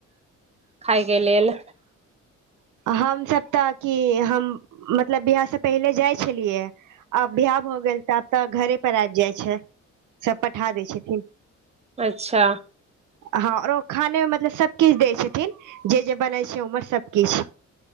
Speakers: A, on the right (about 20°); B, on the right (about 80°).
A: खायके लेल
B: हमसब तऽ की हम मतलब बिहार से पहिले जाइ छलियै आ बियाह भ गेल तऽ आब तऽ घरे पर आबि जाइ छै सब पठा दै छथिन
A: अच्छा
B: हँर खानेमे मतलब सबकिछ दै छथिन जे जे बनै छै ओहिमे सबकिछ